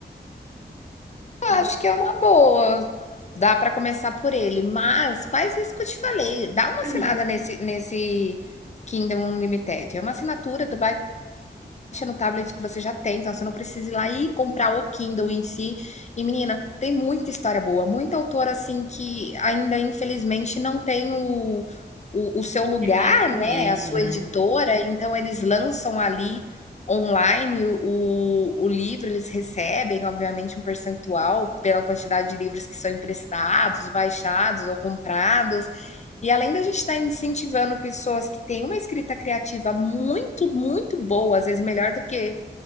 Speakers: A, on the left; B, on the right.
A: Eu
B: Pouco
A: acho que é uma boa, dá para começar por ele, mas faz isso que eu te falei, dá uma
B: pra
A: assinada
B: mim.
A: nesse nesse Kindle Unlimited, é uma assinatura, tu vai no tablet que você já tem, então você não precisa ir lá e comprar o Kindle em si. E menina, tem muita história boa, muita autora assim que ainda infelizmente não tem o, o, o seu lugar,
B: Reconhecimento,
A: né? A sua
B: né?
A: editora, então eles lançam ali online o, o, o livro, eles recebem, obviamente, um percentual pela quantidade de livros que são emprestados, baixados ou comprados. E além da gente estar incentivando pessoas que têm uma escrita criativa muito, muito boa, às vezes melhor do que